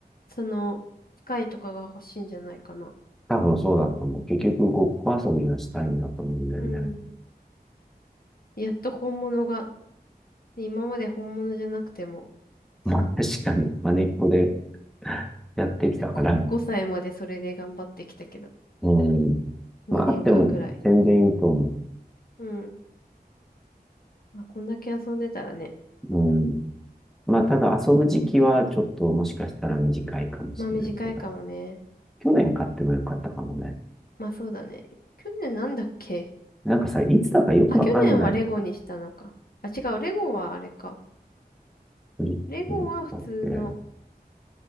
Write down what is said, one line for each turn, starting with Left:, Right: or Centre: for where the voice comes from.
Left: その、スカイとかが欲しいんじゃないかな。
Centre: 多分そうだと思う。結局、ごっこ遊びがしたいんだと思うんだよね。
Left: うん。やっと本物が、今まで本物じゃなくても、
Centre: <laughs>
Left: そう、
Centre: まあ確かに、まねっこで <laughs> やってきたから。
Left: <laughs> 5歳までそれで頑張ってきたけど、
Centre: うん。
Left: 2年間ぐらい。
Centre: まああっても全然いいと思
Left: うん。まあ、こんだけ遊んでたらね、
Centre: う。うん。まあただ遊ぶ時期はちょっともしかしたら短いかもしれないけど、
Left: まあ短いかもね。
Centre: 去年買ってもよかったかもね。
Left: まあそうだね。去年なんだっけ
Centre: なんかさ、いつだかよくわかんない。
Left: あ、去年はレゴにしたのか。あ、違う。レゴはあれか。
Centre: クリスマスだっけ
Left: レゴは普通の